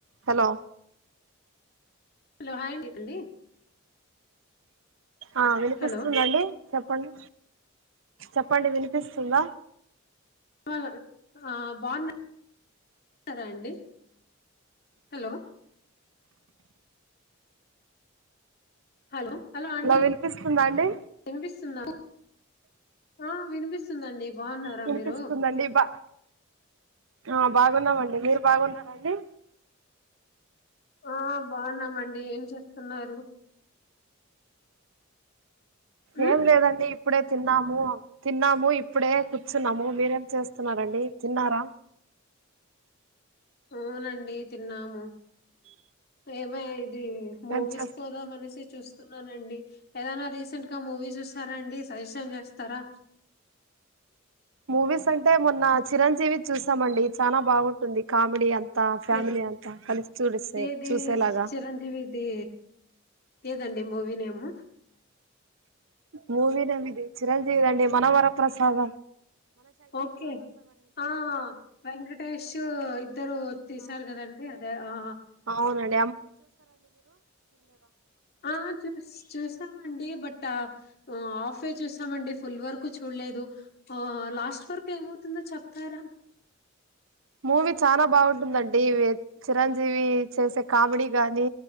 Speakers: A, on the right; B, on the left.
A: Hello
B: hello hi అండి
A: ఆ వినిపిస్తుందండి
B: hello
A: చెప్పండి చెప్పండి వినిపిస్తుంద
B: బావున్నం ఆ బాగున్నా రా అండి హలో హలో హలో అండి
A: వినిపిస్తుందా అండి
B: వినిపిస్తుందా ఆ వినిపిస్తుందండి బాగున్నారా
A: వినిపిస్తుందండి
B: మీరు
A: బా ఆ బాగున్నామండి మీర్ బాగున్నారండి
B: ఆ బాగున్నామండి ఏం చేస్తున్నారు
A: ఏం
B: ఉమ్
A: లేదండి ఇప్పుడే తిన్నాము తిన్నాము ఇప్పుడే కూర్చున్నాము మీరేం చేస్తున్నారంండి తిన్నార
B: అవునండి తిన్నాము ఏమే ఇది మూవీస్
A: ఏం చేస్
B: పోదామనేసి చూస్తున్నానండి. ఏదైనా రీసెంట్ గా మూవీస్ చసారండి, సజెషన్ చేస్తారా?
A: మూవీస్ అంటే మొన్న చిరంజీవిది చూసామండి, చానా బాగుంటుంది కామెడీ అంత త ఫ్యామిలీ
B: ఏ
A: అంతా, కలిసి చూడిసి
B: ఏది
A: చూసేలాగా
B: చిరంజీవిది ఏదండి మూవీ నేము
A: మూవిదం ఇది, చిరంజీవిదండి మనవర ప్రసాద
B: ఓకే, ఆ వెంకటేశు ఇద్దరు తిసారు గదం అదే అదే ఆ
A: అవునం
B: ఆ చుస్ చూస్తామం అండి బట హఫే చూసామండి, ఫుల్ వర్కు చూడలేదు. ఆ లాస్ట్ వర్ తే ఏమవుతుందో చెప్తారా?
A: మూవీ చాలా బాగుంటుందండి, వే చిరంజీవి చేసే కామెడీ గాని